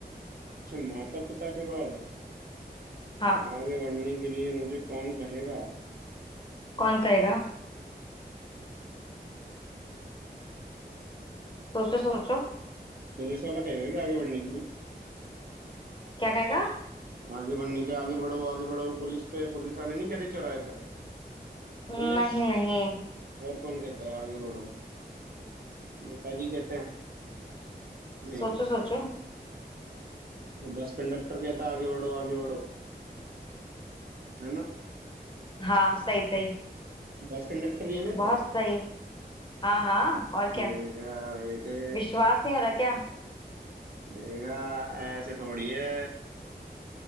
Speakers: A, on the right (about 60°); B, on the left (about 30°).
A: अच्छा माता पिता के बाद
B: हाँ
A: आगे बढ़ने के लिए मुझे कौन कहेगा
B: कौन कहेगा सोचो सोचो
A: पुलिस वाला कहेगा क्या आगे बढ़ने के लिए
B: क्या कहेगा
A: आगे बढ़ने के लिए आगे बढ़ो आगे बढ़ो पुलिस पे पुलिस वाले नहीं कहते चौराहे पे
B: नहीं
A: पुलिस
B: नहीं
A: और कौन कहता है आगे बढ़ो नेताजी कहते हैं नहीं
B: सोचो सोचो
A: वो बस कंडक्टर कहता है आगे बढ़ो आगे बढ़ो है ना
B: हाँ सही सही
A: बस कंडक्टर ही है ना इसका
B: बहुत सही हाँ हाँ और क्या
A: देखा बेटे
B: विश्वास नहीं हो रहा क्या
A: देखा ऐसे थोड़ी है